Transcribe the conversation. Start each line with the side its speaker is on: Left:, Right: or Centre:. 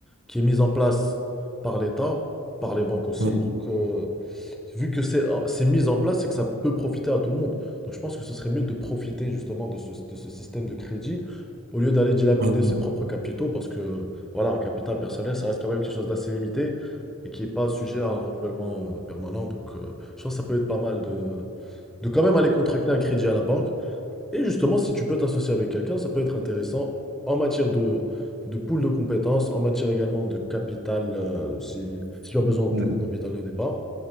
Centre: qui est mis en place par l'État, par les banques aussi.
Right: Mm,
Centre: Donc, euh, vu que c'est ah, c'est mis en place, c'est que ça peut profiter à tout le monde. Donc, je pense que ce serait mieux de profiter justement de ce, de ce système de crédit au lieu d'aller dilapider
Right: mm,
Centre: ses propres capitaux, parce que, voilà, un capital personnel, ça reste quand même quelque chose d'assez limité et qui n'est pas sujet à un renouvellement euh, permanent. Donc, euh, je pense que ça peut être pas mal de, de quand même aller contracter un crédit à la banque et justement, si tu peux t'associer avec quelqu'un, ça peut être intéressant en matière de, de pool de compétences, en matière également de capital, euh, si, si tu as besoin de
Right: mm,
Centre: plus gros capital de départ.